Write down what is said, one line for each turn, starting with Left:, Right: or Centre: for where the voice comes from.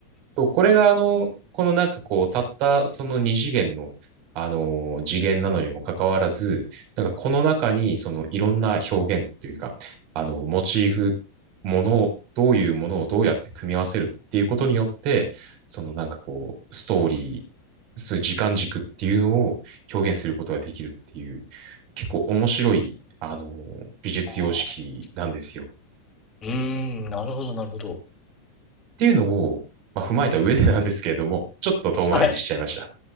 Right: そうこれがあの、このなんかこう、たったその二次元の、あのー次元なのにもかかわらず、なんかこの中にそのいろんな表現というか、あの、モチーフ、ものを、どういうものをどうやって組み合わせるっていうことによって、そのなんかこう、ストーリー、そういう時間軸っていうのを表現することができるっていう、結構面白い、あのー美術様式なんですよ。
Left: ああうーん、なるほど、なるほど。
Right: っていうのを、まあ、踏まえた上でなんですけれども、<laughs> ちょっと遠回りしちゃいました。
Left: はい。